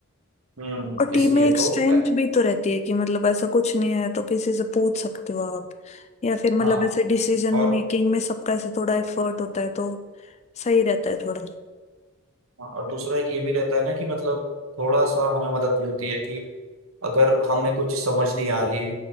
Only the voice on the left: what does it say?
और टीम
में एक
स्ट्रेंथ
भी तो रहती है कि मतलब ऐसा कुछ नहीं है तो किसी से पूछ सकते हो आप या फिर मतलब
ऐसे डिसीजन
मेकिंग में सबका ऐसा थोड़ा एफर्ट होता है तो सही रहता है थोड़ा